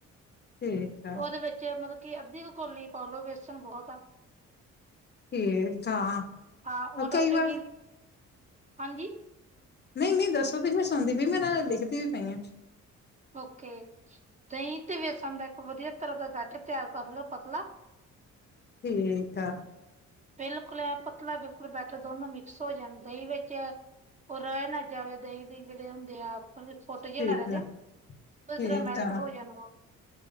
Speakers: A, on the left (about 35°); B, on the right (about 25°).
A: ਠੀਕ ਆ
B: ਉਹਦੇ ਵਿੱਚ ਮਤਲਬ ਕਿ ਅੱਧੀ ਕ ਕੋਲੀ ਪਾ ਲਓ ਬੇਸਣ ਬਹੁਤ ਆ।
A: ਠੀਕ ਆ।
B: ਹਾਂ ਉਹਦਾ
A: ਕਈ
B: ਚੰਗੀ
A: ਵਾਰ
B: ਹਾਂਜੀ।
A: ਨਹੀਂ- ਨਹੀਂ ਦੱਸੋ ਵੀ? ਮੈਂ ਸੁਣਦੀ ਪਈ, ਮੈਂ ਨਾਲ ਲਿਖਦੀ ਵੀ ਪਈ ਆ।
B: ਓਕੇ। ਦਹੀਂ ਤੇ ਬੇਸਣ ਦਾ ਇੱਕ ਵਧੀਆ ਤਰ੍ਹਾਂ ਦਾ ਬੈਟਰ ਤਿਆਰ ਕਰ ਲਓ ਪਤਲਾ।
A: ਠੀਕ ਆ।
B: ਬਿਲਕੁਲ ਇਹ ਪਤਲਾ ਬਿਲਕੁਲ ਬੈਟਰ ਦੋਨੋ ਮਿਕਸ ਹੋ ਜਾਣ ਦਹੀਂ ਵਿੱਚ। ਉਹ ਰਹਿ ਨਾ ਜਾਵੇ ਦਹੀਂ ਦੇ ਜਿਹੜੇ ਹੁੰਦੇ ਆ। ਫੋਟ ਜੇ
A: ਠੀਕ
B: ਨਾ ਰਹਿ ਜਾਣ।
A: ਆ
B: ਉਹ
A: ਠੀਕ
B: ਤਰ੍ਹਾਂ ਮੈਲਟ
A: ਆ
B: ਹੋ ਜਾਣਾ ਵਾ।